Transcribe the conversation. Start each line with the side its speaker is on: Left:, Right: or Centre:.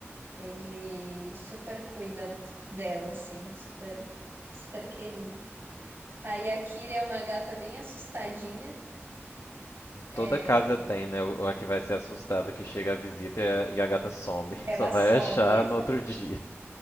Right: Ele super cuida dela, assim, super, super querido. Aí a Kira é uma gata bem assustadinha. É,
Left: Toda casa tem, né? o- A que vai ser assustada que chega a visita e a, e a gata some.
Right: ela
Left: <laughs> Só vai
Right: some,
Left: achar
Right: exa-
Left: no outro dia.